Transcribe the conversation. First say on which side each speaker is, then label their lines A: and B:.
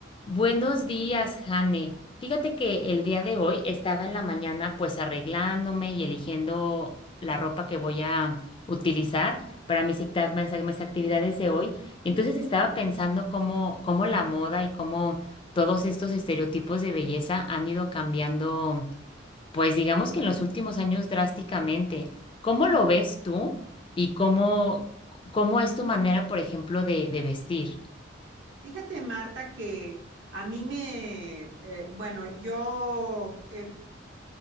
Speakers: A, on the left; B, on the right.
A: Buenos días, Jane. Fíjate que el día de hoy estaba en la mañana pues arreglándome y eligiendo la ropa que voy a utilizar para mis, acta- mis- mis actividades de hoy. Y entonces estaba pensando cómo, cómo la moda y cómo todos estos estereotipos de belleza han ido cambiando, pues digamos que en los últimos años drásticamente. ¿Cómo lo ves tú y cómo, cómo es tu manera, por ejemplo, de, de vestir?
B: Fíjate, Marta, que a mí me, eh, bueno, yo he